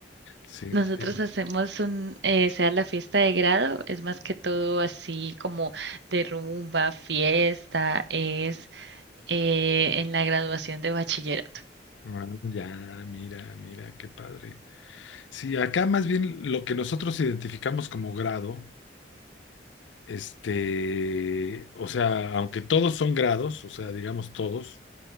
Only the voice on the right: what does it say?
Nosotros
hacemos un, eh, sea la fiesta de grado, es más que todo así como de rumba, fiesta, es eh, en la graduación de bachillerato.